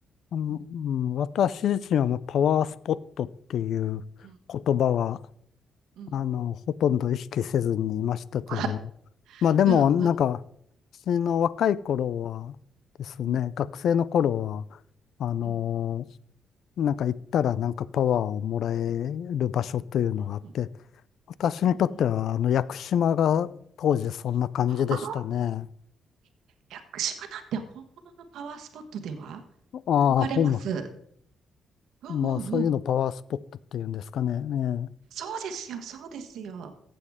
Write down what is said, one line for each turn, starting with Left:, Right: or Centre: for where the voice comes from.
Left: うん、
Right: うん、
Left: うん私自身はもうパワースポットっていう言葉は
Right: うん、うん。
Left: あの、ほとんど意識せずにいましたけど、
Right: <laughs>
Left: まあでも、
Right: うん、うん、
Left: なんか、私の若い頃はですね、
Right: うん、
Left: 学生の頃は、あの、
Right: うん、
Left: なんか行ったらなんかパワーをもらえる場所というのがあって、
Right: うん、
Left: 私にとっては、
Right: うん。うん
Left: あの、屋久島が当時そんな感じでしたね。
Right: ああ、屋久島なんて本物のパワースポットでは
Left: ああ、
Right: 憧れます。
Left: ほんま、
Right: うんうんうん。
Left: もうそういうのパワースポットっていうんですかね。ええ
Right: そうですよ、そうですよ。